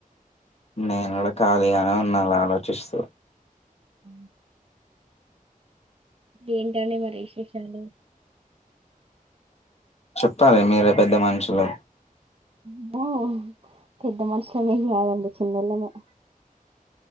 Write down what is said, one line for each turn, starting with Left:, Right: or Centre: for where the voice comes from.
Left: నేను కూడా ఖాళీగానే ఉన్న అలా ఆలోచిస్తూ
Right: అ ఏంటండీ మరి విశేషాలు
Left: చెప్పాలి మీరే పెద్ద మనుషులు
Right: అబ్బో పెద్ద మనుషుల మేం కాదండి చిన్నోళ్ళమే